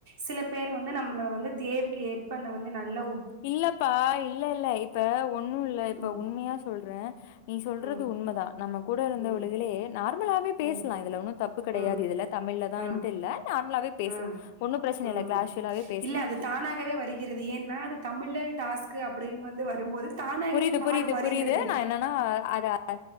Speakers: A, on the right; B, on the left.
A: சில பேர் வந்து நம்மள வந்து தேவைக்கு ஏற்பண்ண வந்து நல்ல
B: இல்லப்பா இல்ல இல்ல இப்ப ஒண்ணு இல்ல இப்ப
A: ம்
B: உண்மையா சொல்ற நீ சொல்றது
A: ம்
B: உண்மதா நம்ம கூட இருந்தவளுகளே
A: ம்
B: நார்மலாவே பேசலா
A: ம்
B: இதுல ஒன்னு தப்பு கெடையாது
A: ம்
B: இதுல தமிழ்லதான்ட்டு
A: அ
B: இல்ல நார்மலாவே பேசு
A: அ
B: ஒன்னு பிரச்சனை
A: ம்
B: இல்ல கேஷுவலாவே பேசலா
A: இல்ல அது தானாகவே வருகிறது ஏன்னா அது தமிழ்ல்லனு டாஸ்க் அப்டின்னு வந்து வரும்போது தானாகவே
B: புரிது
A: வாய்
B: புரிது
A: வருகிறது
B: புரிது நா என்னன்னா அத அ